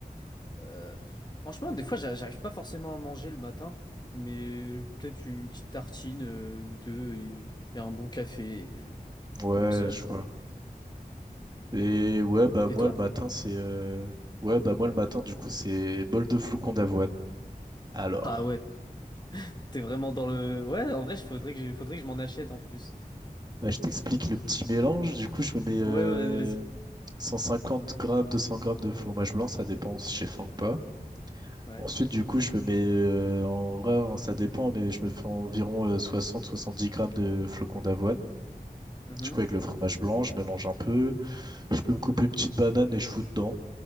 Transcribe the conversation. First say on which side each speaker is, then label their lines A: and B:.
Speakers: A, on the left; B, on the right.
A: Euh, franchement, des fois, j'a- j'arrive pas forcément à manger le matin, mais euh, peut-être une petite tartine euh, ou deux et, et un bon café et- pour
B: Ouais,
A: commencer la
B: je
A: journée.
B: vois. Et ouais, bah
A: Et
B: moi
A: toi?
B: le matin, c'est euh, ouais, bah moi le matin, du coup, c'est bol de flocons d'avoine. Alors,
A: Ah ouais, t'es vraiment dans le... Ouais, en vrai, il faudrait que je, faudrait que je m'en achète en plus.
B: bah, je t'explique le petit mélange. Du coup, je me mets euh,
A: Ouais, ouais, vas-y.
B: 150 grammes, 200 grammes de fromage blanc, ça dépend si j'ai faim ou pas.
A: Ouais.
B: Ensuite, du coup, je me mets, euh, en vrai, ça dépend, mais je me fais environ euh, soixante, soixante-dix grammes de flocons d'avoine.
A: Mhm.
B: Du coup, avec le fromage blanc, je mélange un peu. Je peux me couper une petite banane et je fous dedans.